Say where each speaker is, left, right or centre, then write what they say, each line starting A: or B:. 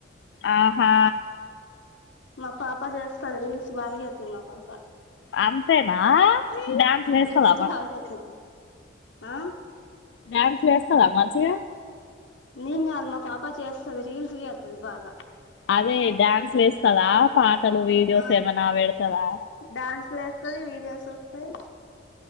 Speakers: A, on the left (about 65°); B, on the left (about 90°).
A: ఆ హా
B: మా పాప చేస్తది రీల్స్ బాగా చేస్తది మా పాప
A: అంతేనా డ్యాన్స్ వేస్తవా
B: రీల్స్ బాగా చేస్తది ఆ
A: డాన్స్ వేస్తదా మంచిగా
B: నేను కాదు మా పాప చేస్తది రీల్స్ చేస్తది బాగా
A: అదే డ్యాన్స్లు వేస్తదా పాట తను వీడియోస్
B: ఆ
A: ఏమన్నా పెడతాదా
B: డాన్స్లు వేస్తది వీడియోస్ వస్తాయ్